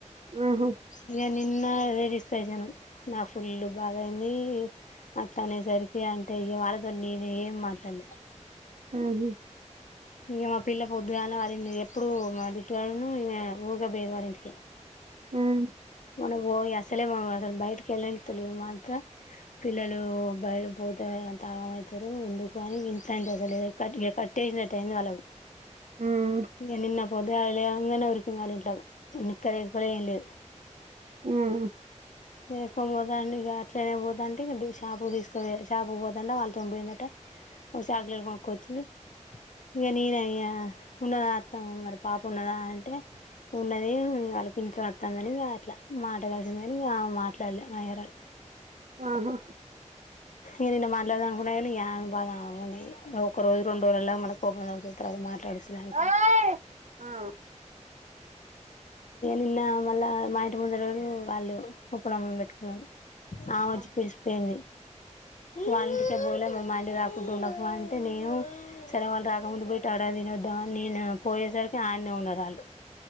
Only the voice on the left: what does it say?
ఇగ నిన్న అదే డిస్కషను నాకు ఫుల్లు బాధయింది అట్లా అనేసరికి అంటే ఇగ వాళ్ళతో నేను ఏం మాట్లాడలే
ఇగ మా పిల్ల పొద్దుగాల్నె వాళ్ళింటికి ఎప్పుడు మాదిట్టుగాడును ఈమె ఊకే పోయేది వాళ్ళ ఇంటికి
మనం పోయి అసలే మనం అసలు బయటికి ఎల్లనిత్తలే మాఅత్త పిల్లలు బయట పోత అంత ఆగమవుతారు ఎందుకు అని ఇంటంటలే అసలే కట్ ఇ కట్టేసినట్ అయింది వాళ్ళకు
ఇగ నిన్న పొద్దునేళ లేవంగానే ఉరికింది వాళ్ళింట్లకు ఉన్ని కర్రీస్ కూడా ఏం లేదు
ఏసుకొని పోతాండు ఇక అట్లనే పోతాంటె డు షాపుకి తీసుకో షాపుకు పోతాండా వాళ్ తో పోయిందట ఒక చాక్లెట్ కొనుక్కొచ్చి చిలు ఇక నేనయ్యా ఉన్నద ఆర్తం మరి పాప ఉన్నదా అంటే ఉన్నదీ ఇయాల పింఛన్ వత్తాందనీ ఇగ అట్లా మాట కలిసింది కానీ ఆమ్ మాట్లాడలే మాయరళ్
ఏదైనా మాట్లాడదాం అనుకున్నా కానీ యా <unintelligible> ఒకరోజు రెండు రోజులల్లా మనకి <unintelligible> తరువాత మాట్లాడొచ్చులె అనుకున్న
నిన్న మళ్ళా మా ఇంటి ముంద రోళూ వాళ్ళు ఉపనామం పెట్టుకున్నారు ఆమెవచ్చి
పిలిసిపోయింది మా ఇంటికే పోలే మే మా ఆ ఇంటికి రాకుంటూ ఉండకు అంటే నేను, సరే వాళ్ళు రాకముందు పోయిట్ ఆడె తినొద్దాంవని నేను పోయేసరికి ఆయడన్నె ఉన్నారు వాళ్ళు